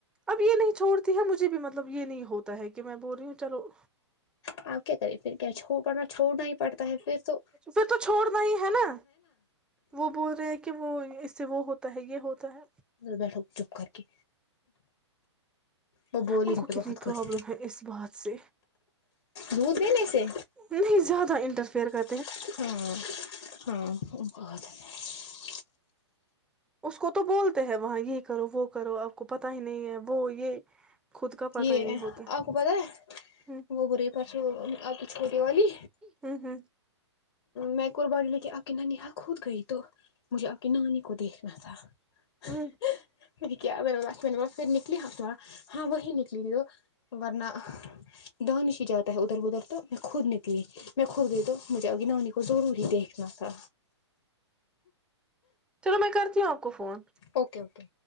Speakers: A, in the centre; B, on the left.
A: اب یہ نہیں چھوڑتی ہے مجھے بھی مطلب یہ نہیں ہوتا ہے کہ میں بول رہی ہوں چلو
B: آپ کیا کریں پھر کیا چھو پڑنا چھوڑنا ہی پڑتا ہے پھر تو
A: پھر تو چھوڑنا ہی ہے نا وہ بول رہے ہیں کہ وہ سے وہ ہوتا ہے یہ ہوتا ہے
B: بیٹھو چپ کر کے وہ بولیں
A: ان کو
B: گے
A: کتنی
B: بہت
A: پرابلم
B: کچھ
A: ہے اس بات سے
B: دودھ دینے سے
A: نہیں زیادہ انٹر فر کر
B: ہاں ہاں ب
A: اس کو تو بولتے ہیں وہاں یہ کرو وہ کرو آپ کو پت ہی نہیں ہے وہ یہ خود کا پتا
B: یہ
A: ہی نہیں ہوتا ہے
B: آپ کو پت ہے
A: ہوں
B: وہ بری پرسوں آپ کی چھوٹی والی
A: ہوں ہوں
B: میں قربای ل کہ آپ کی نانی ہ خود گئی تو مجھے آپ کی نانی کو دیکھنا تھا س
A: ہوں
B: ہفتےارا ہاں وہی نکلی ت تو ورنہ د ن ہی جاتا تاہے ادھر ادھر تو میں خود نکلی میں خود گئی تو مجھے اگ نانی کو ضرور ہی دیکھنا تھا
A: چلو میں کرتی ہوں آپ کو فون
B: اوکے اوکے